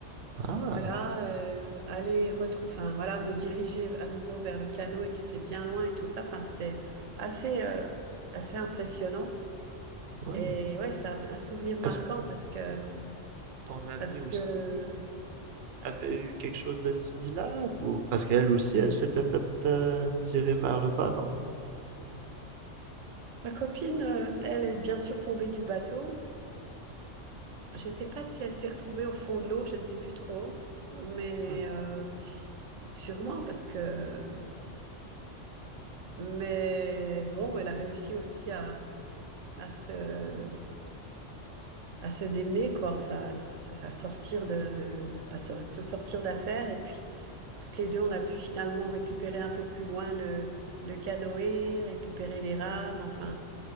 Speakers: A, on the right (about 60°); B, on the right (about 85°).
A: Ah,
B: Voilà, euh, aller retrouver, enfin voilà, me diriger à nouveau vers le canot et qui était bien loin et tout ça. Enfin, c'était assez, euh, assez impressionnant.
A: ouais.
B: Et ouais, c'est un un souvenir marquant
A: Est-ce que
B: parce que
A: ton ami
B: parce
A: aussi
B: que
A: avait eu quelque chose de similaire ou parce qu'elle aussi elle s'était faite euh, tirer vers le bas, non?
B: Ma copine, euh, elle est bien sûr tombée du bateau. Je ne sais pas si elle s'est retrouvée au fond de l'eau, je ne sais plus trop, mais
A: Hmm.
B: euh, sûrement parce que... Mais bon, elle a réussi aussi à, à se, à se démener, quoi, enfin, à, s- à sortir de, de- de- à se, se sortir d'affaire. Et puis, toutes les deux, on a pu finalement récupérer un peu plus loin le, le canoë, récupérer les rames, enfin,